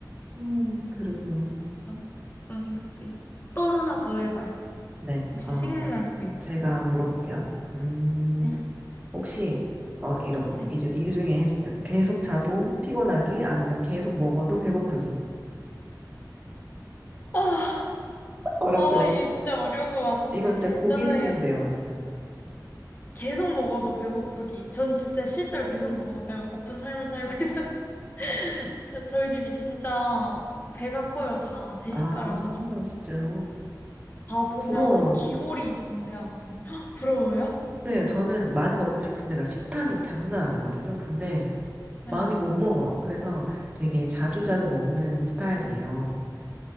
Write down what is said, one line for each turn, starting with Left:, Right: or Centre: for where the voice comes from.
Right: 음, 그러게요.
Left: 그런 그런 생각도 있었어. 또 하나 더 해봐요.
Right: 네,
Left: 혹시
Right: 어,
Left: 생각나는 거 있어요?
Right: 제가 물어볼게요. 음,
Left: 네.
Right: 혹시 어 이런 것
Left: 네.
Right: 이, 중- 이 중에 해주세요. 계속 자도 피곤하기 아니면 계속 먹어도 배고프기.
Left: 아,
Right: 어렵죠?
Left: 아, 이게 진짜 어려운 것 같은데.
Right: 이거 진짜 고민돼요,
Left: 저는
Right: 진짜.
Left: 계속 먹어도 배고프기. 전 진짜 실제로 계속 먹어도 배가 고픈 삶을 살고 있어요. <laughs> 저희 집이 진짜 배가 커요, 다. 대식가라가지고.
Right: 아, 진짜
Left: 다 보면
Right: 부러워요.
Left: 기골이 장대하거든요. <gasps> 부러워요?
Right: 네, 저는 많이 먹고 싶은데가 식탐이 장난 아니거든요. 근데
Left: 네.
Right: 많이 못 먹어요. 그래서 되게 자주자주 먹는 스타일이에요.